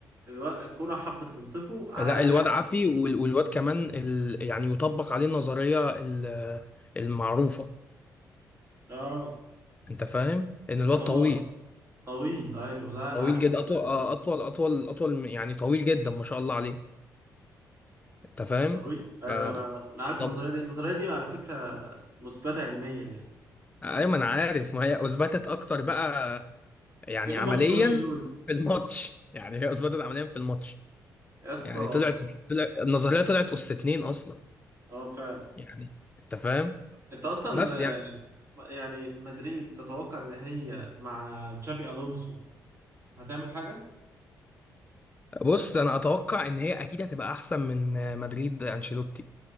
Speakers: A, on the right; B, on the left.
A: الو- الكورة حبت تنصفه على
B: لا
A: قفاه
B: الواد عافي وال- والواد كمان ال... يعني يطبق عليه النظريه ال- المعروفه
A: اه
B: انت فاهم ان الواد
A: اللي هو
B: طويل
A: طويل ايوه لا انا
B: طويل
A: عارف
B: جدا
A: النظرية
B: اطول آه،
A: دي
B: اطول اطول اطول من- يعني طويل جدا ما شاء الله عليه انت فاهم
A: طويل ايوه
B: ف
A: انا انا عارف
B: طب
A: النظرية دي النظرية دي على فكرة مثبتة علميا يعني
B: ايوه ما انا عارف ما هي اثبتت اكتر بقى يعني
A: يوم
B: عمليا
A: ماتش برشلونة
B: في الماتش يعني هي اثبتت عمليا في الماتش
A: يا اسطى
B: يعني طلعت طلع النظريه طلعت اس اتنين اصلا
A: اه فعلا
B: يعني انت فاهم
A: انت اصلا
B: بس
A: آه،
B: يعني
A: يعني مدريد تتوقع ان هي مع تشافي الونسو هتعمل حاجة
B: بص انا اتوقع ان هي اكيد هتبقى احسن من آه، مدريد انشيلوتي